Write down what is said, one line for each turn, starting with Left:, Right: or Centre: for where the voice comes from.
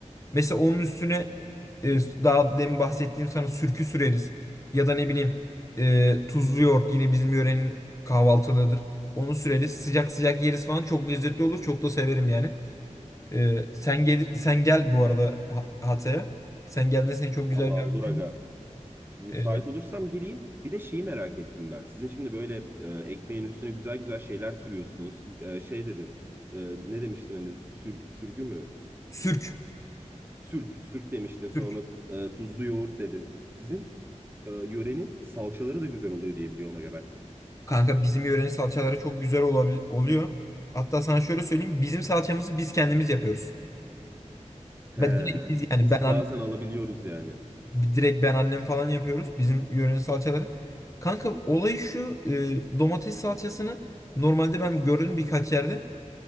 Left: Mesela onun üstüne e, daha demin bahsettiğim sana sürkü süreriz. Ya da ne bileyim e, tuzlu yoğurt yine bizim yörenin kahvaltılığıdır. Onu süreriz. Sıcak sıcak yeriz falan. Çok lezzetli olur. Çok da severim yani. E, sen gel sen gel bu arada Ha- Hatay'a. Sen geldiğinde seni çok güzel
Right: Vallahi
Left: gördüm.
Right: olur aga. Müsait
Left: E,
Right: olursam geleyim. Bir de şeyi merak ettim ben. Sizin şimdi böyle e, ekmeğin üstüne güzel güzel şeyler sürüyorsunuz. E, şey dedin. e, ne demiştin hani sür- sürgü mü?
Left: sürk.
Right: Sürk, sürk demiştin. Sonra
Left: Sürk.
Right: e, tuzlu yoğurt dedin. Sizin e, yörenin salçaları da güzel oluyor diye biliyorum aga ben.
Left: Kanka bizim yörenin salçaları çok güzel olabil- oluyor. Hatta sana şöyle söyleyeyim. Bizim salçamızı biz kendimiz yapıyoruz.
Right: He,
Left: Ben direkt biz yani
Right: biz
Left: ben
Right: bazen alabiliyoruz yani.
Left: Direkt ben annem falan yapıyoruz. Bizim yörenin salçaları. Kanka olay şu e, domates salçasını normalde ben gördüm birkaç yerde.